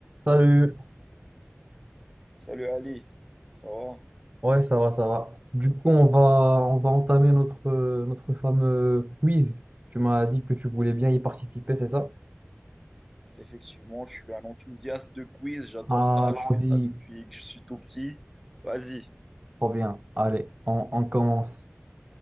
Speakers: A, on the right (about 35°); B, in the centre.
A: Salut,
B: Salut Ali, ça va?
A: ouais ça va, ça va. Du coup on va on va entamer notre, euh, notre fameux quiz. Tu m'as dit que tu voulais bien y participer, c'est ça?
B: Effectivement, je suis un enthousiaste de quiz, j'adore
A: Allons-y,
B: ça, je fais ça depuis que je suis tout petit. Vas-y.
A: trop bien. Allez, on, on commence.